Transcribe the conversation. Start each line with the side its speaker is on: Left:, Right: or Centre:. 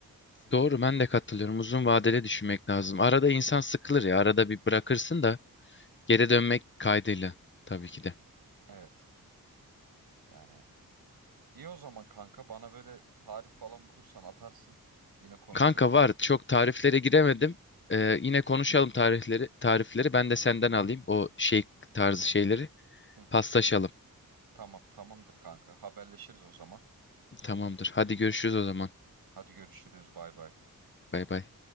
Left: Doğru ben de katılıyorum. Uzun vadeli düşünmek lazım. Arada insan sıkılır ya. Arada bir bırakırsın da geri dönmek kaydıyla tabii ki de.
Right: Evet. Yani iyi o zaman kanka bana böyle tarif falan bulursan atarsın. Yine konuşuruz.
Left: Kanka var. Çok tariflere giremedim. Ee, yine konuşalım tarihleri, tarifleri. Ben de senden alayım o şey tarzı şeyleri.
Right: Hı hı.
Left: Paslaşalım.
Right: Tamam, tamamdır kanka. Haberleşiriz o zaman.
Left: Tamamdır. Hadi görüşürüz o zaman.
Right: Hadi görüşürüz. Bay bay.
Left: Bay bay.